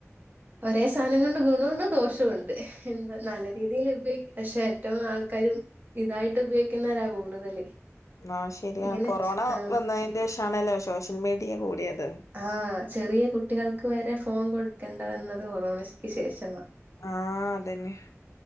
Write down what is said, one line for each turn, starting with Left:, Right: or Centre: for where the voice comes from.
Right: ഒരേ സാധനം കൊണ്ട് ഗുണ ഉണ്ട്. ദോഷവുംഉണ്ട്. എന്താ നല്ല രീതിയിൽ ഉപയോഗി <unintelligible> പക്ഷെ ഏറ്റവും ആൾക്കാരും. ഇതായിട്ട് ഉപയോഗിക്കുന്നവരാ കൂടുതല്.
Left: ആഹ് ശരിയ.
Right: ഇങ്ങനെ
Left: കൊറോണ
Right: ആഹ്
Left: വന്നേന്റ ഷാണ്ലെ സോഷ്യൽ മീഡിയ കൂടിയത്.
Right: ആ ചെറിയ കുട്ടികൾക്ക് വരെ ഫോൺ കൊടുക്കണ്ട വെന്നത് കൊറോണക്ക് ശേഷമ.
Left: ആഹ് അതന്നെ.